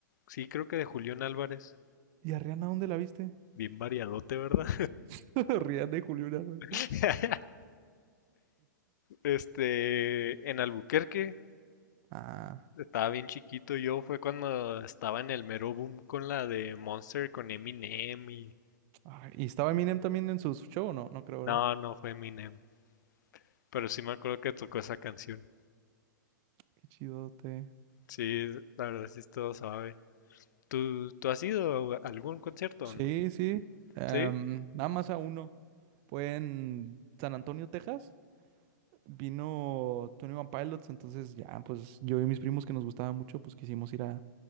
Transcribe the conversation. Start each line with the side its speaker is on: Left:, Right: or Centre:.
Left: Sí, creo que de Julián Álvarez.
Right: ¿Y a Rihanna dónde la viste?
Left: Bien variadote, ¿verdad?
Right: <laughs> Rihanna y Julio Bravo.
Left: <laughs> Este, en Albuquerque.
Right: Ah,
Left: Estaba bien chiquito yo, fue cuando estaba en el mero boom con la de Monster con Eminem y...
Right: ay, ¿y estaba Eminem también en su, su show o no? No creo, ¿verdad?
Left: No, no fue Eminem, pero sí me acuerdo que tocó esa canción.
Right: Qué chidote.
Left: Sí, la verdad sí es todo suave. ¿Tú, tú has ido a algún concierto
Right: Sí,
Left: o no?
Right: sí. Em,
Left: ¿Sí?
Right: nada más a uno. Fue en San Antonio, Texas. Vino Tony One Pilots, entonces ya, pues yo y mis primos que nos gustaba mucho, pues quisimos ir a,